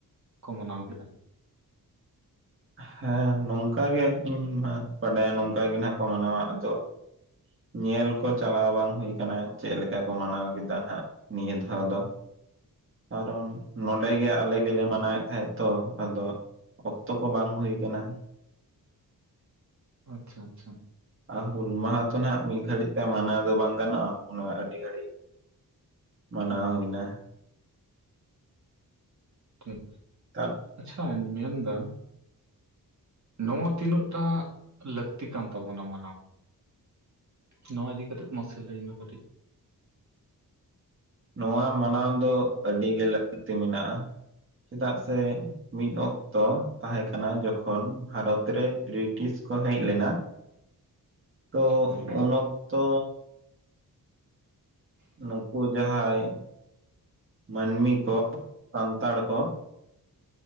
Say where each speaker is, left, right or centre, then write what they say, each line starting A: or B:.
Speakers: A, on the right; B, on the right.
A: ᱠᱚ ᱢᱟᱱᱟᱣ ᱠᱮᱫᱟ?
B: ᱦᱮᱸ ᱱᱚᱝᱠᱟ ᱜᱮ ᱤᱧ ᱢᱟ ᱵᱟᱰᱟᱭᱟ ᱱᱚᱝᱠᱟ ᱜᱮ ᱱᱟᱱᱟᱜ ᱠᱚ ᱢᱟᱱᱟᱣᱟ ᱟᱫᱚ ᱧᱮᱞ ᱠᱚ ᱪᱟᱞᱟᱣ ᱵᱟᱝ ᱦᱩᱭ ᱠᱟᱱᱟ ᱪᱮᱜ ᱞᱮᱠᱟ ᱠᱚ ᱢᱟᱱᱟᱣ ᱠᱮᱫᱟ ᱦᱟᱸᱜ ᱱᱤᱭᱟᱹ ᱫᱷᱟᱣ ᱫᱚ? ᱠᱟᱨᱚᱱ ᱱᱚᱸᱰᱮ ᱜᱮ ᱟᱞᱮ ᱜᱮᱞᱮ ᱢᱟᱱᱟᱣᱮᱜ ᱛᱟᱦᱮᱸᱜ ᱛᱚ ᱟᱫᱚ ᱚᱠᱛᱚ ᱠᱚ ᱵᱟᱝ ᱦᱩᱭ ᱠᱟᱱᱟ᱾
A: ᱟᱪᱪᱷᱟ ᱟᱪᱪᱷᱟ
B: ᱟ ᱦᱩᱞ ᱢᱟᱦᱟ ᱛᱚ ᱱᱟᱦᱟᱜ ᱢᱤᱜ ᱜᱷᱟᱹᱲᱤᱡ ᱛᱮ ᱢᱟᱱᱟᱣ ᱫᱚ ᱵᱟᱝ ᱜᱟᱱᱚᱜᱼᱟ, ᱚᱱᱟ ᱟᱹᱰᱤ ᱜᱷᱟᱹᱲᱤᱡ ᱢᱟᱱᱟᱣ
A: ᱦᱩᱸ
B: ᱦᱩᱭᱱᱟ᱾
A: ᱴᱷᱤᱠ᱾
B: ᱛᱟᱯ
A: ᱟᱪᱪᱷᱟᱧ ᱢᱮᱱᱫᱟ ᱱᱚᱣᱟ ᱛᱤᱱᱟᱹᱜᱴᱟ ᱞᱟᱹᱠᱛᱤ ᱠᱟᱱ ᱛᱟᱵᱚᱱᱟ ᱢᱟᱱᱟᱣ? ᱱᱚᱣᱟ ᱤᱫᱤ ᱠᱟᱛᱮᱫ ᱢᱟᱥᱮ ᱞᱟᱹᱭ ᱢᱮ ᱠᱟᱹᱴᱤᱡ?
B: ᱱᱚᱣᱟ ᱢᱟᱱᱟᱣ ᱫᱚ ᱟᱹᱰᱤᱜᱮ ᱞᱟᱹᱠᱛᱤ ᱢᱮᱱᱟᱜᱼᱟ ᱪᱮᱫᱟᱜ ᱥᱮ ᱢᱤᱫ ᱚᱠᱛᱚ ᱛᱟᱦᱮᱸ ᱠᱟᱱᱟ ᱡᱚᱠᱷᱚᱱ ᱵᱷᱟᱨᱚᱛ ᱨᱮ ᱵᱨᱤᱴᱤᱥ ᱠᱚ ᱦᱮᱡ ᱞᱮᱱᱟ ᱛᱚ
A: ᱦᱮᱸ
B: ᱩᱱ ᱚᱠᱛᱚ ᱱᱩᱠᱩ ᱡᱟᱦᱟᱸᱭ ᱢᱟᱹᱱᱢᱤ ᱠᱚ ᱥᱟᱱᱛᱟᱲ ᱠᱚ